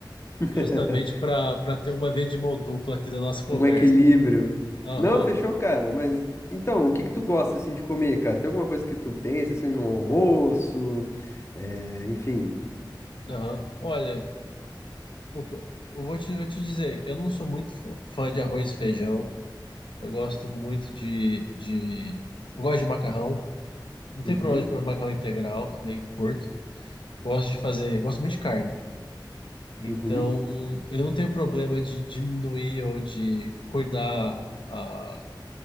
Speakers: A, on the left; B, on the left.
A: <laughs>
B: justamente para para ter uma via de mão dupla aqui da nossa conversa.
A: Um equilíbrio.
B: Aham,
A: Não, fechou, cara. Mas então, o que que tu gosta assim de comer, cara? Tem alguma coisa que tu pensa assim no almoço? É, enfim.
B: aham. Olha, o que eu, eu vou te, vou te dizer, eu não sou muito fã fã de arroz e feijão. Eu gosto muito de, de eu gosto de macarrão. Não tem
A: Uhum,
B: problema de comer macarrão integral, também curto. Gosto de fazer, gosto muito de carne. Então,
A: uhum,
B: eu não tenho problema de diminuir ou de cuidar a,